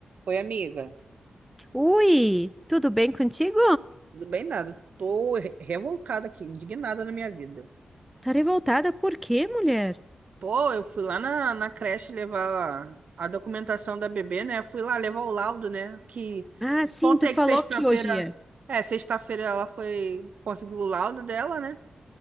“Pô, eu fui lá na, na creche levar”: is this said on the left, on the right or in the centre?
Right